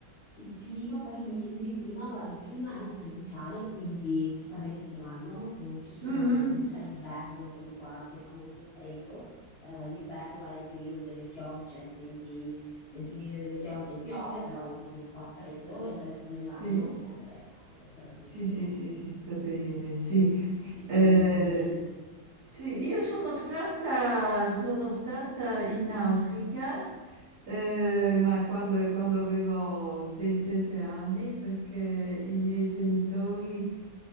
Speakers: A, on the left; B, on the right.
A: il clima, poi che mi chiedevi prima, guarda, il clima è tropicale, quindi si sta bene tutto l'anno, non ci sono-
B: Mhm.
A: non c'è l'inverno come qua che fa molto freddo. Eh, l'inverno è il periodo delle piogge, quindi nel periodo delle piogge piove, però non, non fa freddo e il resto dell'anno
B: Sì,
A: è sempre caldo, bellissimo,
B: sì, sì, sì, sì, sta bene, sì.
A: si sta
B: Eh,
A: molto bene.
B: Sì, io sono stata, sono stata in Africa, eh, ma quando, quando avevo 6-7 anni, perché i miei genitori